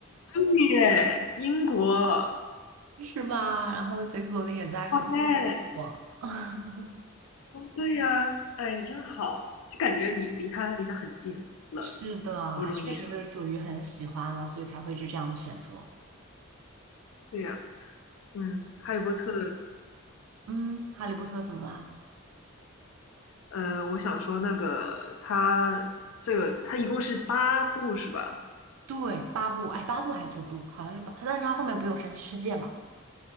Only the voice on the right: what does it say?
是吧？然后杰克罗林也在埃克塞特读书我
<laughs>
是的，
哎确实是属于很喜欢了，所以才会是这样的选择。
嗯，哈利波特怎么啦？
对，八部，哎，八部还是九部？好像是八，但是他后面不有神奇世界嘛？